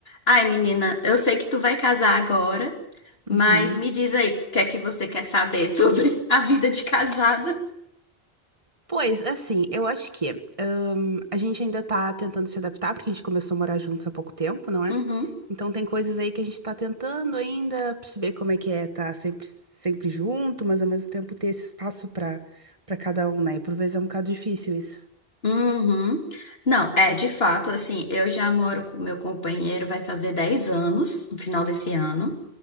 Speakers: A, on the left; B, on the right.
A: Ai, menina, eu sei que tu vai casar agora, mas
B: Uhum.
A: me diz aí, o que é que você quer saber sobre <laughs> a vida de casada?
B: Pois, assim, eu acho que hum, a gente ainda tá tentando se adaptar, porque a gente começou a morar juntos há pouco tempo, não é?
A: Uhum,
B: Então tem coisas aí que a gente tá tentando ainda perceber como é que é tá sempre, sempre junto, mas ao mesmo tempo ter esse espaço pra, pra cada um, né? E por vezes é um bocado difícil isso.
A: uhum. Não, é, de fato, assim, eu já moro com meu companheiro, vai fazer 10 anos no final desse ano,